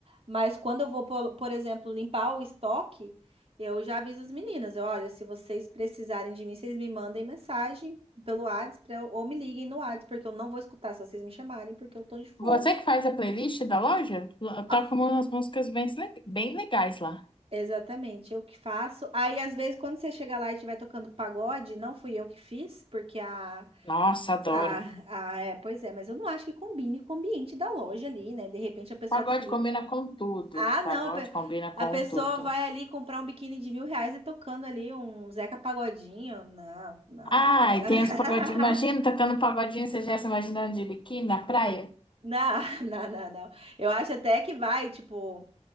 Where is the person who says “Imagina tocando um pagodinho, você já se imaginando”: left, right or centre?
Left